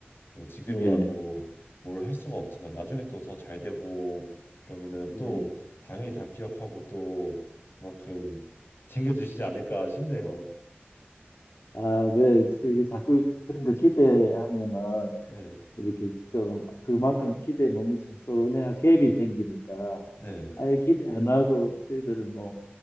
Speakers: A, on the left (about 60°); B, on the left (about 85°).
A: 뭐 지금이야
B: 네
A: 뭐 뭘 할 수가 없지만 나중에 또 더 잘 되고 그러면은
B: 네
A: 또 당연히 다 기억하고 또 그만큼 챙겨주시지 않을까 싶네요.
B: 아 네 자꾸 그런 거 기대하면은
A: 네,
B: 이렇게 좀 그만큼 기대에 못 미치면 서운해하고 갭이 생기니까
A: 네,
B: 아예 기대 안 하고 저희들은 뭐